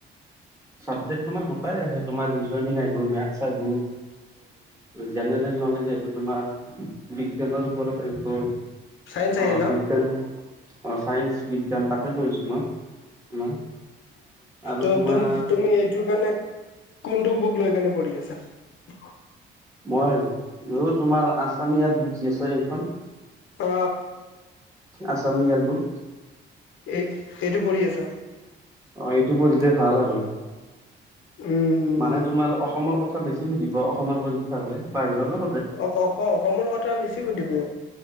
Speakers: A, on the right; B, on the left.
A: চাবজেক্ট তোমাৰ গোটাই আহে তোমাৰ ৰিজইং আহিব মেথছ আহিব জেনেৰেল নলেজ আহিব তোমাৰ বিজ্ঞানৰ ওপৰত আহিব
B: চাইন্স আহে
A: অ
B: ন
A: বিজ্ঞান অ ছায়ন্স বিজ্ঞান তাতে কৰিছোঁ মই। ম আৰু
B: ম
A: তোমাৰ
B: তুমি এইটোৰ কাৰণে কোনটো বুক <unintelligible>
A: মই তোমাৰ আছামিয়াৰ বুকজি আছ এইখন।
B: অ।
A: অসম ইয়ৰ বুক।
B: এ এইটো পঢ়ি আছ।
A: অ এইটো পঢ়িলে ভাল আৰু
B: উম উম
A: মানে তোমাৰ অসমৰ কথা বেছি সুধিব অসমৰ পৰীক্ষা হলে বাহিৰো
B: অ ক অসমৰ কথা বেছি সুধিব।